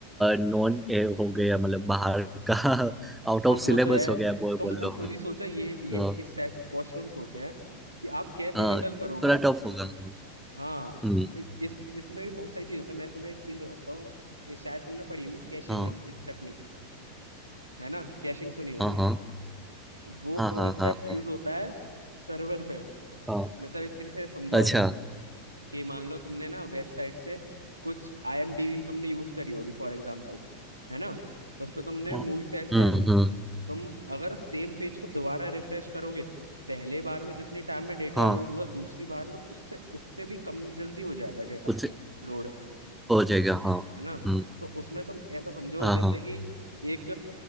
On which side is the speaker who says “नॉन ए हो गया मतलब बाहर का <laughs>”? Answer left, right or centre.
Centre